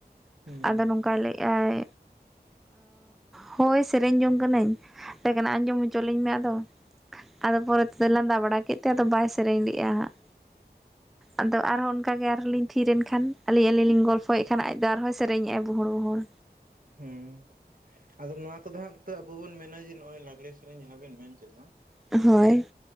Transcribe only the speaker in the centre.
ᱟᱫᱚ ᱱᱚᱝᱠᱟᱭ ᱞᱟᱹᱭᱮᱫ ᱟᱭ ᱦᱳᱭ ᱥᱮᱨᱮᱧ ᱡᱚᱝ ᱠᱟᱹᱱᱟᱹᱧ ᱛᱟᱦᱚᱞᱮ ᱠᱷᱟᱱ ᱟᱸᱡᱚᱢ ᱦᱚᱪᱚ ᱞᱤᱧ ᱢᱮ ᱟᱫᱚ। ᱟᱫᱚ ᱯᱚᱨᱮ ᱛᱮᱫᱚ ᱞᱟᱸᱫᱟ ᱵᱟᱲᱟ ᱠᱮᱫ ᱛᱮ ᱟᱫᱚ ᱵᱟᱭ ᱥᱮᱨᱮᱧ ᱞᱮᱫᱼᱟ ᱦᱟᱸᱜ ᱟᱫᱚ ᱟᱨᱦᱚᱸ ᱚᱱᱠᱟ ᱜᱮ ᱟᱨᱦᱚᱸ ᱞᱤᱧ ᱛᱷᱤᱨ ᱮᱱ ᱠᱷᱟᱱ ᱟᱹᱞᱤᱧ ᱟᱹᱞᱤᱧ ᱜᱚᱞᱯᱷᱚᱭᱮᱫ ᱠᱷᱟᱱ ᱟᱡ ᱫᱚ ᱟᱨᱦᱚᱸ ᱥᱮᱨᱮᱧᱮᱫᱼᱟ ᱵᱩᱦᱩᱲ ᱵᱩᱦᱩᱲ।
ᱦᱳᱭ